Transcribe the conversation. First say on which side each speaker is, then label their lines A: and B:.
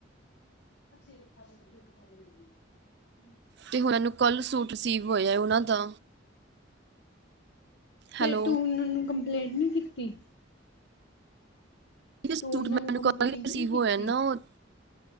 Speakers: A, on the left; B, on the right.
A: <unintelligible>
B: ਤੇ ਉਹਨਾਂ ਨੂੰ ਕੱਲ੍ਹ ਸੂਟ ਰਿਸੀਵ ਹੋਇਆ ਉਹਨਾਂ ਦਾ।
A: ਫਿਰ
B: ਹੈਲੋ
A: ਤੂੰ ਉਹਨਾਂ ਨੂੰ ਕੰਪਲੇਂਟ ਨੀ ਕੀਤੀ?
B: <unintelligible> ਸੂਟ
A: ਤੂੰ ਉਹਨਾਂ
B: ਮੈਨੂੰ
A: ਨੂੰ ਕੰਪਲੇਂਟ
B: ਕੱਲ ਈ ਰਿਸੀਵ
A: ਨਹੀਂ ਕੀਤੀ?
B: ਹੋਇਆ ਨਾ ਉਹ।